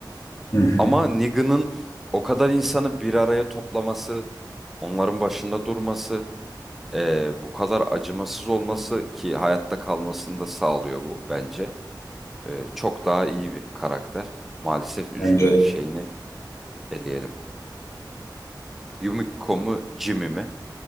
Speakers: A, on the left; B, in the centre.
A: Hı hı,
B: Ama Negan'ın o kadar insanı bir araya toplaması, onların başında durması, eee, bu kadar acımasız olması ki hayatta kalmasını da sağlıyor bu bence. Eee, çok daha iyi bir karakter. Maalesef üzülerek
A: bence de.
B: şeyini eleyelim. Yumiko mu Jimmy mi?